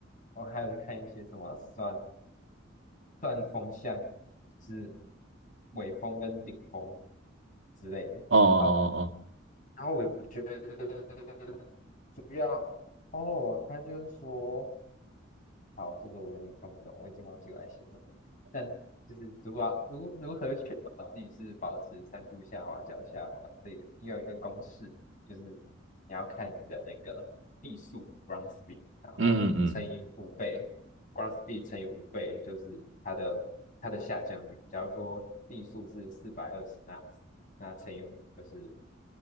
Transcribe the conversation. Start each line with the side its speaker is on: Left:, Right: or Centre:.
Left: 我还有去看一些什么算算风向，就是尾风跟顶风之类的。
Right: 哦哦哦哦，
Left: 哦，然后我觉得主要哦，他就是说。好，这个我有点看不懂，我已经忘记我在写什么。但就是如果要如如何确保自己是保持三度下滑、脚下滑，这个也有一个公式，就是你要看你的那个地速 （ground speed），然后乘以五倍，ground
Right: 嗯嗯嗯
Left: speed 乘以五倍就是它的它的下降率。假如说地速是四百二十纳兹，那乘以五就是